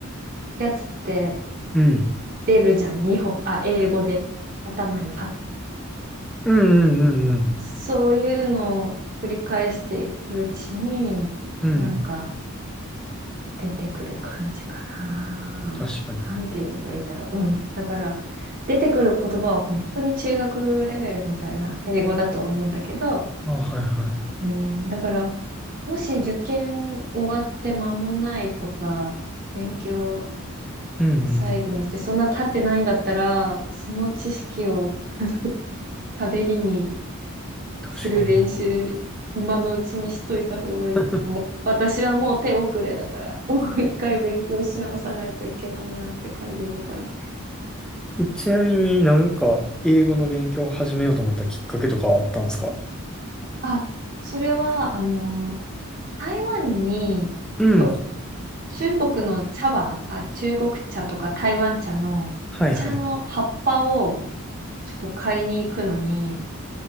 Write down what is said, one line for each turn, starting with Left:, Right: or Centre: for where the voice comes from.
Right: やつって、
Centre: うん。
Right: 出るじゃん、日本、あ、英語で頭にパッ。
Centre: うんうんうんうん。
Right: そういうのを繰り返していくうちに、
Centre: うん。
Right: なんか出てくる感じかな。
Centre: 確かに。
Right: なんて言えばいいだろう。うん。だから、出てくる言葉は本当に中学レベルみたいな英語だと思うんだけど、
Centre: あ、はいは
Right: うん、だから、もし受験終わって間もないとか、勉強
Centre: い。うんうん。
Right: 最後にして、そんな経ってないんだったら、その知識を、<laughs> あの喋りに
Centre: 確かに。
Right: する練習、今のうちにしといた方がいいと思う。
Centre: <laughs>
Right: 私はもう手遅れだから、<laughs> もう一回勉強し直さないといけないなって感じだから。
Centre: えちなみになんか英語の勉強を始めようと思ったきっかけとかはあったんですか
Right: あ、それは、あのー台湾に、
Centre: うん。
Right: と、中国の茶葉、あ、中国茶とか台湾茶のお茶の葉っぱを
Centre: はいはい。
Right: ちょっと買いに行くのに、